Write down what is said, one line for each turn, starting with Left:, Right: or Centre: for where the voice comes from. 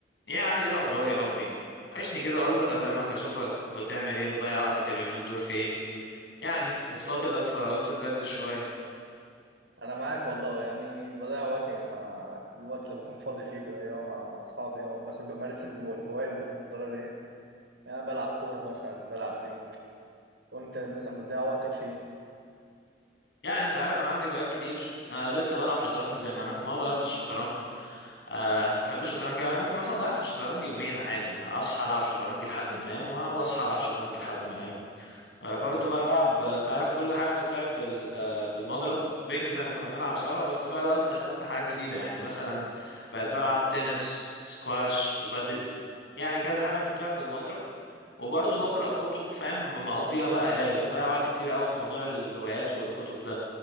Left: ايه يا علي ايه الاخبار يا حبي وحشني كده قلت اكلمك اشوفك بتعمل ايه مضيع وقتك اليومين دول في ايه يعني مفتقدك فقلت ندردش شويه
Right: انا معاك والله يعني بضيع وقتي مع الوقت اللي بكون فاضي فيه بضيعه مع اصحابي او مثلا بمارس الم- الهوايه المفضله ليا يعني أنا بلعب كوره مثلا بلعب بينج وانت مثلا بتضيع وقتك في ايه
Left: يعني انت عارف انا عندي هوايات كتير آه لسه بلعب شطرنج زي ما انا ما غيرتش الشطرنج آه بحب الشطرنج يعني ممكن مثلا اضيع في الشطرنج يومين عادي يعني اصحى العب شطرنج لحد ما انام و- واصحى العب شطرنج لحد ما انام آه، برضو بلعب آه، انت عارف كل حاجة بتتلعب بال- آه، بالمضرب بينج زي ما كنا بنلعب سوا بس بقى الوقت دخلت حاجات جديدة يعني مثلا بقيت بلعب تنس سكواش وبادل يعني كذا حاجة بتتلعب بالمضرب وبرضو بقرأ كتب فاهم مقضيها بقى قراية بضيع وقت كتير قوي في موضوع الروايات والكتب ده